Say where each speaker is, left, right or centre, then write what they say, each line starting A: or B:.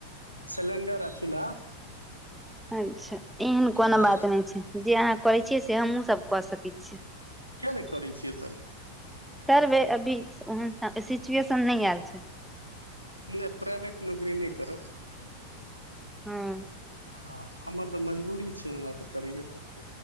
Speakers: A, on the right; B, in the centre.
A: सिलिण्डर आ चूल्हा
B: अच्छा एहन कोनो
A: हँ
B: बात नहि छै जे अहाँ करै छियै से ते हमु सब कऽ सकै छियै।
A: किया नहि करै
B: सर
A: छियै तब
B: वे अभी सोहन हाँ सिचुएशन नै आएल छै।
A: नहि प्राइवेट नौकरी नहि करब
B: हँ
A: हँ हमर तऽ मजबूरी छै हमरा तऽ करैए पड़तै